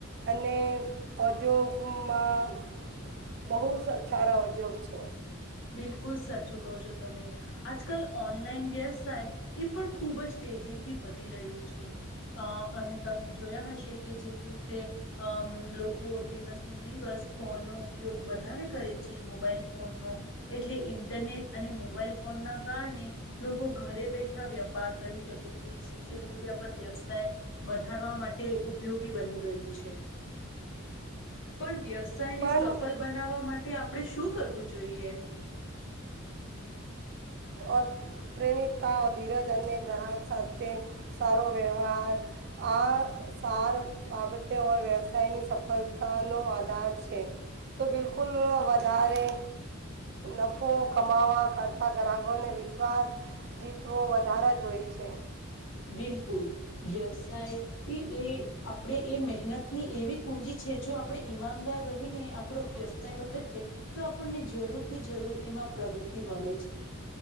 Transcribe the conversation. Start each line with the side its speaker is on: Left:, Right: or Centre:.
Right: અને ઔદ્યો્યોગમાં. બહુ સારા ઉદ્યોગ છે.
Left: બિલકુલ સાચું કહો છો તમે, આજકાલ ઓનલાઈન વ્યવસાય એ પણ ખૂબ જ તેજીથી વધી રહ્યું છે, અ અને તમે જોયા હશે કે જેવી રીતે અ લોકો દિવસ ને દિવસ ફોનનો ઉપયોગ વધારે કરે છે મોબાઈલ ફોનનો. એટલે ઇન્ટરનેટ અને મોબાઈલ ફોન ના કારણે લોકો ઘરે બેઠા વેપાર કરી શકે છે, સોશિયલ મીડિયા પર વ્યવસાય વધારવા માટે ઉપયોગી બની ગયું છે, પણ વ્યવ સાયને
Right: પણ
Left: સફળ બનાવવા મા ટે આપણેે શું કરવું જોઈએ?
Right: ઓ પ્રેરિતતા ધીરજ અને ઘરા સાથે સારો વ્યવહાર આ સાર બાબતે ઓર વ્યવસાયની સફળતા. નો આધાર છે તો બિલકુલ વાજ વધારે નફો કમાવા કરતા ગ્રાહ ને વિશ્વાસ જીતવો વધારે જોઈ છે.
Left: બિલકુલ વ્યવસાય એ એ આપણે એ મહેનતની એવી કુંજી છે, જો આપણે ઈમાનદાર રહીને આપણો વ્યવસાય કરીએ તો આપણને જરૂર થી જરૂર એમાં પ્રગતિ મળે છે,